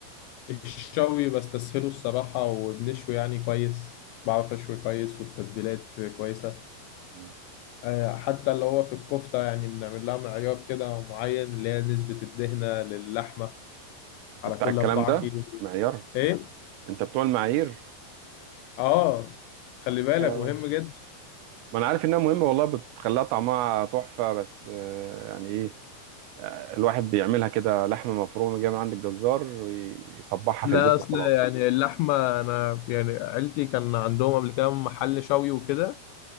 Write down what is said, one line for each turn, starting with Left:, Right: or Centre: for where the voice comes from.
Left: الشوي بستسهله الصراحة وبنشوي يعني كويس بعرف أشوي كويس والتتبيلات كويسة
Right: مم.
Left: آه حتى اللي هو في الكفتة يعني بنعمل لها معيار كده معين اللي هي نسبة الدهنة للحمة
Right: انت
Left: على
Right: بتاع
Left: كل
Right: الكلام
Left: أربعة
Right: ده
Left: كيلو
Right: معيار
Left: إيه؟
Right: انت بتوع المعايير
Left: آه خلي
Right: لا
Left: بالك
Right: يا باشا
Left: مهم جدا
Right: ما انا عارف انها مهمه والله بتخليها طعمها تحفه بس آه، يعني ايه آه، الواحد بيعملها كده لحمه مفرومه جايه من عند الجزار ويصبحها
Left: لا
Right: في البيت
Left: أصل
Right: وخلاص
Left: يعني اللحمة أنا يعني عيلتي كان عندهم قبل كده محل شوي وكده